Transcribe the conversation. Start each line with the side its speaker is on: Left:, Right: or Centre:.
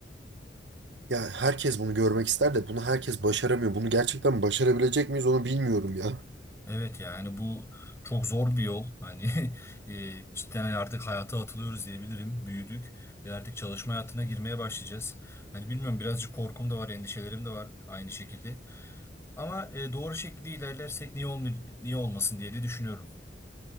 Right: Ya herkes bunu görmek ister de bunu herkes başaramıyor. Bunu gerçekten başarabilecek miyiz onu bilmiyorum ya.
Left: Evet yani bu çok zor bir yol. Hani <laughs> e, cidden hani artık hayata atılıyoruz diyebilirim. Büyüdük ve artık çalışma hayatına girmeye başlayacağız. Hani bilmiyorum birazcık korkum da var, endişelerim de var aynı şekilde. Ama e, doğru şekilde ilerlersek niye olm- niye olmasın diye de düşünüyorum.